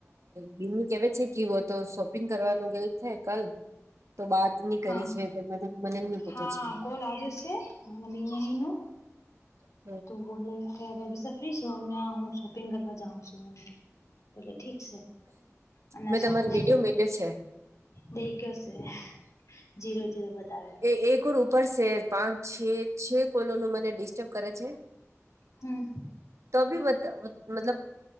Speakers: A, on the right; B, on the left.
A: બિંદની કેવે છે. કિ વો તો શોપિંગ કરવાનું ગણ છે કલ તો બાત ની કરી
B: હા
A: છે મને મને ની પતો
B: હા
A: છે.
B: કોલ આવ્યો છે અને બિનની નો
A: <inaudible>
B: તો બોલે કે ભભી ફ્રી છું અમને હું શોપિંગ કરવા જાઉં છું બોલે ઠીક. અને
A: મેં
B: સાંભળા
A: તમારો વિડીયો
B: તો તો
A: મેલ્યો છે
B: દેખ્યો છે. જીરો જીરો બતાવે
A: એ એકર ઉપર છે. પાંચ છે. છે કોલો નું મને ડિસ્ટર્બ કરે છે.
B: હમ.
A: તો બી મતલબ